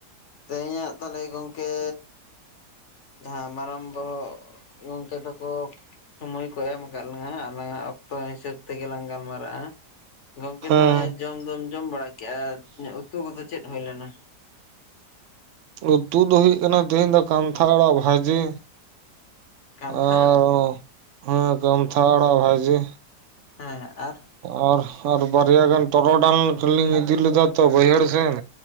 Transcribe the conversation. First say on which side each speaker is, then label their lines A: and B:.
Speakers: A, on the left; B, on the right.
A: ᱛᱮᱦᱮᱧᱟᱜ ᱛᱟᱦᱚᱞᱮ ᱜᱚᱝᱠᱮ, ᱡᱟᱦᱟᱸ ᱢᱟᱨᱟᱝ ᱵᱟᱦᱚᱜ ᱜᱚᱢᱠᱮ ᱛᱟᱠᱚ ᱥᱳᱢᱳᱚᱭ ᱠᱚ ᱮᱢ ᱟᱠᱟᱫ ᱞᱟᱝᱟ ᱟᱞᱟᱝᱟᱜ ᱚᱠᱛᱚ ᱦᱤᱥᱟᱹᱵ ᱛᱮᱜᱮ ᱞᱟᱝ ᱜᱟᱞᱢᱟᱨᱟᱜᱼᱟ᱾ ᱜᱚᱝᱠᱮ
B: ᱦᱮᱸ
A: ᱛᱟᱦᱚᱞᱮ ᱡᱚᱢ ᱫᱚᱢ ᱡᱚᱢ ᱵᱟᱲᱟ ᱠᱮᱫᱟ, ᱩᱛᱩ ᱠᱚᱫᱚ ᱪᱮᱫ ᱦᱩᱭ ᱞᱮᱱᱟ?
B: ᱩᱛᱩ ᱫᱚ ᱦᱩᱭᱩᱜ ᱠᱟᱱᱟ ᱛᱮᱦᱤᱧ ᱫᱚ ᱠᱟᱱᱛᱷᱟᱲᱟ ᱟᱲᱟᱜ ᱵᱷᱟᱹᱡᱤ᱾
A: ᱠᱟᱱᱛᱷᱟ
B: ᱟᱨ
A: ᱟᱲᱟᱜ?
B: ᱦᱮᱸ ᱠᱚᱢᱛᱷᱟᱲᱟ ᱵᱷᱟᱹᱡᱤ
A: ᱦᱮᱸ ᱟᱨ?
B: ᱟᱨ ᱟᱨ ᱵᱟᱨᱭᱟ ᱜᱟᱱ ᱛᱚᱨᱚᱰᱟᱝ ᱞᱤᱧ ᱤᱫᱤ ᱞᱮᱫᱟ ᱛᱚ ᱵᱟᱹᱭᱦᱟᱹᱲ ᱥᱮᱱ᱾